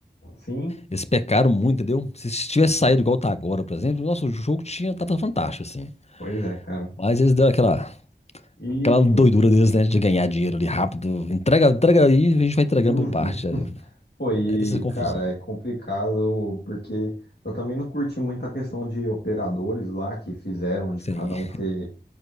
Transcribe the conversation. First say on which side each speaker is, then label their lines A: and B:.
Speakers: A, on the left (about 70°); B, on the left (about 40°).
A: Sim,
B: Eles pecaram muito, entendeu? Se tivesse saído igual tá agora, por exemplo, nossa, o jogo tinha... tá tava fantástico, assim.
A: pois é, cara.
B: Mas eles deram aquela...
A: E.
B: aquela doidura deles, né? De ganhar dinheiro ali rápido. Entrega, entrega aí, a gente vai entregando
A: uhum.
B: por parte. Aí
A: Pô,
B: tem
A: e,
B: essa confusão.
A: cara, é complicado porque eu também não curti muito a questão de operadores lá que fizeram de
B: Sim.
A: cada um ter,